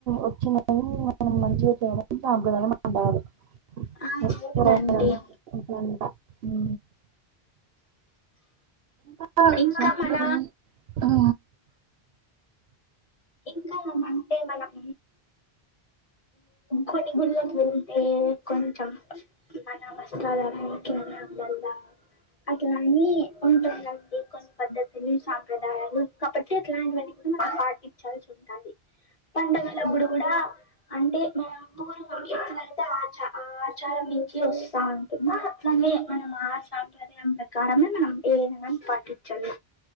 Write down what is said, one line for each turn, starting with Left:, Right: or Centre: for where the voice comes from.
Right: వచ్చిన వారిని మనం మంచిగా చూడటం సాంప్రదాయం అంటారు <unintelligible>
Left: ఆ అవునండి
Right: అట్లంటా ఊ ఇంకా
Left: ఇంకా
Right: సంప్రదాయం
Left: మన
Right: ఊ
Left: ఇంకా మంటే మనం కొని గుళ్ళకి వెళ్తే కొంచెం మన వస్త్రాధారణకి నేన్ వెళ్ళ అట్లాని ఉంటందండి కొన్ని పద్ధతుల్ని సాంప్రదాయాలు కాబట్టి అట్లాంటివన్ని మనం పాటించాల్సి ఉంటాది పండుగలప్పుడు కూడా అంటే మ పూర్వం ఎట్లయితే ఆచ ఆచారం నుంచి వస్తా అంటుందో అట్ల అ మనం ఆ సాంప్రదాయం ప్రకారమే మనం ఏదైనా పాటించాల